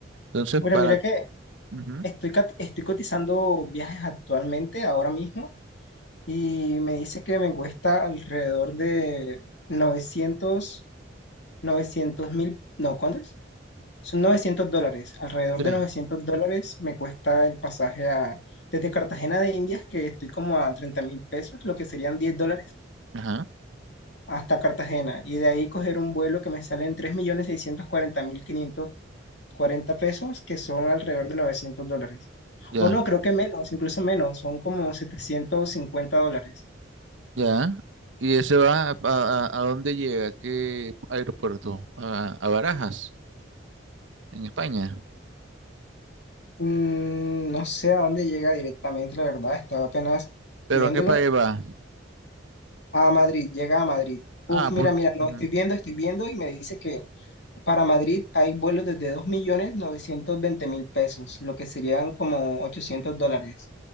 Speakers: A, on the right; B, on the left.
A: Entonces,
B: Bueno,
A: para...
B: mira que
A: ujú,
B: estoy, cat- estoy cotizando viajes actualmente, ahora mismo, y me dice que me cuesta alrededor de 900 900 mil, no, ¿cuánto? Son 900 dólares, alrededor
A: sí,
B: de 900 dólares me cuesta el pasaje a, desde Cartagena de Indias, que estoy como a 30 mil pesos, lo que serían 10 dólares,
A: ajá,
B: hasta Cartagena. Y de ahí coger un vuelo que me sale en 3.640.540 pesos, que son alrededor de 900 dólares.
A: ya,
B: O no, creo que menos, incluso menos, son como 750 dólares.
A: ya. ¿Y ese va a, a, a dónde llega? ¿A qué aeropuerto? A, a Barajas, en España.
B: Mm, no sé a dónde llega directamente, la verdad, estaba apenas
A: ¿Pero
B: viéndolo.
A: a qué país va?
B: A Madrid, llega a Madrid. Uf,
A: Ah,
B: mira,
A: pues...
B: mira, no,
A: ujú,
B: estoy viendo, estoy viendo y me dice que para Madrid hay vuelos desde 2.920.000 pesos, lo que serían como 800 dólares.